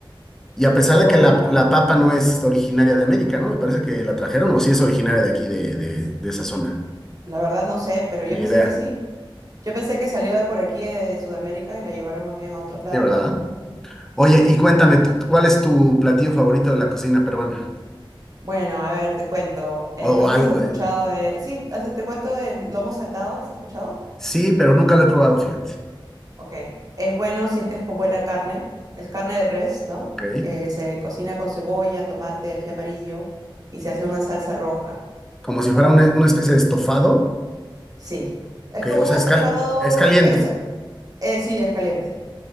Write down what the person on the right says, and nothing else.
Es todo
una...
La verdad no sé, pero yo
pensé
que sí. Yo pensé que salió de por aquí de Sudamérica y la llevaron más bien a otros lados.
Sí.
Bueno, a ver, te cuento. Eh,
no sé
si has escuchado
de... Sí, has- te cuento del lomo saltado, ¿has escuchado?
Ok, es bueno si es que es con buena carne. Es carne de res, ¿no?
Que se cocina con cebolla, tomate, ají amarillo y se hace una salsa roja.
Como,
sí. Es
como
un estofado.
eh, o sea, eh, sí, es caliente.